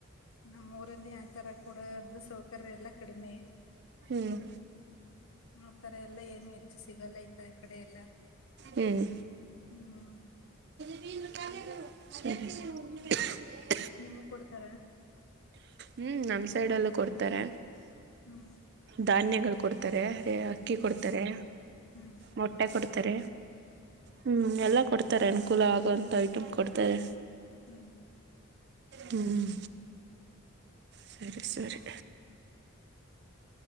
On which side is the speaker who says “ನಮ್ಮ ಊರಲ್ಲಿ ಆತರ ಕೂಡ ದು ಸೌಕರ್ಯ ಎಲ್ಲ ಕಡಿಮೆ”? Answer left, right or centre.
Left